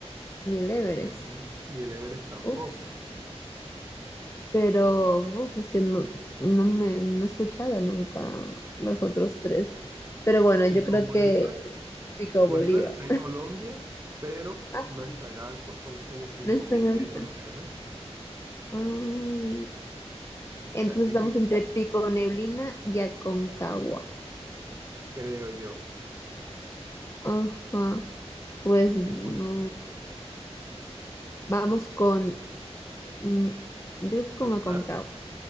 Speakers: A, on the left; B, on the right.
A: ni el Everest.
B: Y el, mon- y el Everest tampoco.
A: Uf, pero uf, es que no, no me no he escuchado nunca los otros tres. Pero bueno,
B: Pico
A: yo creo
B: Bolívar,
A: que Pico
B: Bolívar
A: Bolívar.
B: está en Colombia, pero
A: Ah,
B: no
A: sí,
B: es tan alto, son como cinco
A: no es
B: mil
A: tan
B: metros
A: alto.
B: apenas.
A: Ah, entonces
B: Así
A: estamos
B: que
A: entre Pico Neblina y Aconcagua.
B: creo yo.
A: Ajá. Pues
B: Sí,
A: mm,
B: porque
A: vamos con, mm, yo creo que con
B: al
A: Aconcagua,
B: azar,